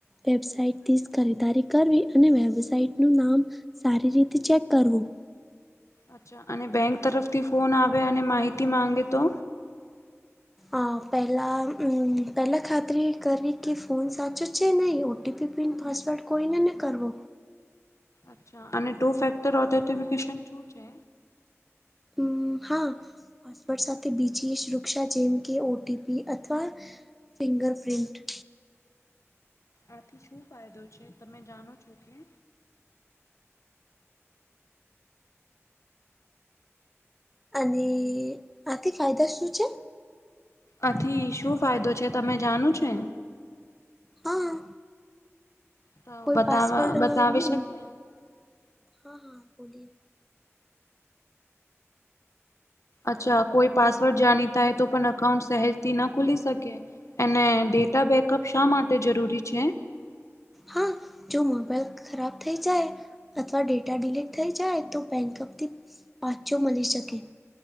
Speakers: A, in the centre; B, on the left (about 85°).
A: વેબસાઇટથી જ ખરીદારી કરવી અને વેબસાઇટનું નામ સારી રીતે ચેક કરવું.
B: અચ્છા, અને બેંક તરફથી ફોન આવે અને માહિતી માંગે તો?
A: અ પહેલાં અમ પહેલાં ખાતરી કરવી કે ફોન સાચો છે નઈ ઓ ઓટીપી પિન પાસવર્ડ કોઈને ન કરવો,
B: અચ્છા, અને ટુ ફેક્ટર ઓથેન્ટિફિકેશન શું છે?,
A: હમમ હા, પાસવર્ડ સાથે બીજીય સુૃરક્ષા જેમ કે ઓટીપી અથવા ફિંગરપ્રિન્ટ,
B: આથી શું ફાયદો તમે જાણો છો કે,
A: અને, આથી ફાયદા શું છે?,
B: આથી શું ફાયદોછે તમે જાણો છો એ,
A: હા,
B: તો
A: કોઈ
B: બતાવા
A: પાસવર્ડ
B: બતાવી
A: હમ
B: શકે?
A: હા હા બોલીએ,
B: અચ્છા કોઈ પાસવર્ડ જાણીતાય તો પણ અકાઉન્ટ સહેજથી ન ખુલી શકે, એને ડેટા બેકઅપ શા માટે જરૂરી છે?,
A: હા, જો મોબાઈલ ખરાબ થઈ જાય, અથવા ડેટા ડિલીટ થઈ જાય તો બેંકઅપથી પાછો મલી શકે,